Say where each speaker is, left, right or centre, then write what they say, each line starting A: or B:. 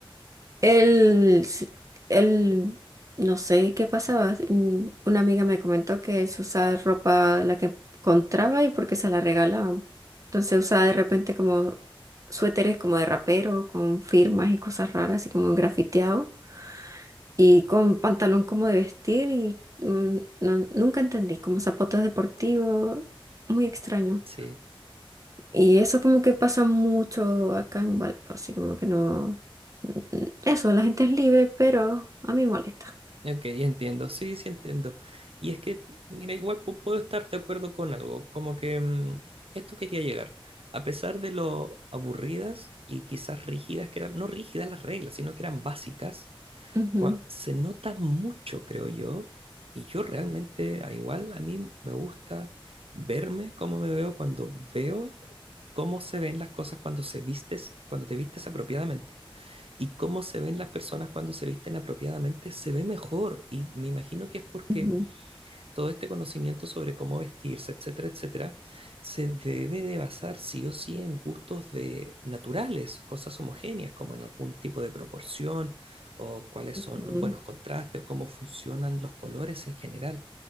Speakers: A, on the right; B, on the right.
A: El, s- el, no sé qué pasaba. mm, Una amiga me comentó que él usaba ropa la que encontraba y porque se la regalaban. Entonces usaba de repente como suéteres como de rapero, con firmas y cosas raras, así como grafiteado, y con pantalón como de vestir y mm, no- nunca entendí, como zapatos deportivos, muy extraño.
B: Sí,
A: Y eso como que pasa mucho acá en Valpo, así como que no... mm, Eso, la gente es libre, pero a mí molesta.
B: Ok, entiendo, sí, sí entiendo. Y es que, mira, igual pu- puedo estar de acuerdo con algo, como que mm, esto quería llegar. A pesar de lo aburridas y quizás rígidas que eran, no rígidas las reglas, sino que eran básicas,
A: Ujú,
B: cua- se nota mucho, creo yo, y yo realmente, a igual, a mí me gusta verme cómo me veo cuando veo cómo se ven las cosas cuando se vistes, cuando te vistes apropiadamente. Y cómo se ven las personas cuando se visten apropiadamente, se ve mejor. Y me imagino que es porque
A: ujú.
B: todo este conocimiento sobre cómo vestirse, etcétera, etcétera, se debe de basar sí o sí en gustos de naturales, cosas homogéneas, como en algún tipo de proporción o cuáles
A: Ujú.
B: son buenos contrastes o cómo funcionan los colores en general.